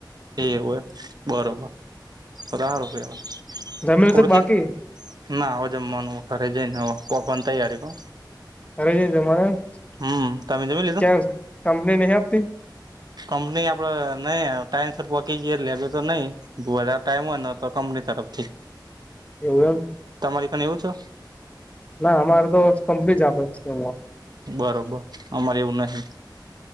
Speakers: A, on the right (about 60°); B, on the left (about 15°).
A: એવુંય બરોબર બધાર રૂપિયામાં
B: જમેલું
A: કોરખી
B: તો બાકી
A: ના હવે જમવાનું ધરે જઈને પોકવાની તૈયારી કો
B: ધરે જય જમાવાનુ
A: હમ તમે જમી લીધું
B: તયા કંપની નહી આપતી
A: કંપની આપડે નહી ટાઈમ સર પકી જઈએ લેબે તો નહી વધારે ટાઈમ હોયને તો કંપની તરફથી
B: એવુ એમ
A: તમારી કને એવું છો?
B: ના અમારે તો કંપની જ આપે છે.
A: બરોબર અમારે એવું નહી